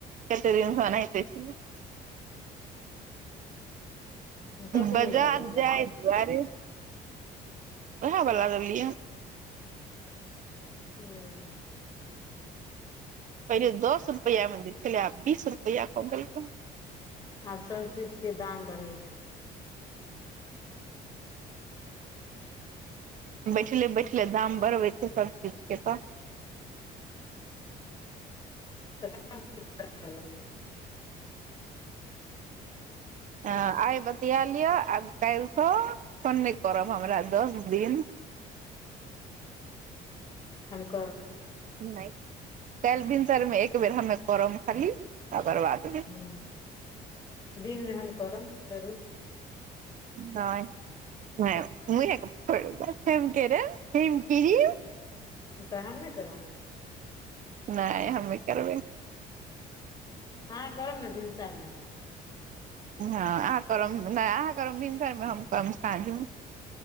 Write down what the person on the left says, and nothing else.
<inaudible> तऽ कोन
वाला लेलियै
हूं।
आब सब चीज के दाम बढ़य छैय। <inaudible>
<unintelligible>
हम करब।
हम्म दिन मे हम करब फेरो।
तऽ हम नैइ केलोह।
अहाँ करब ने भिनसर मे।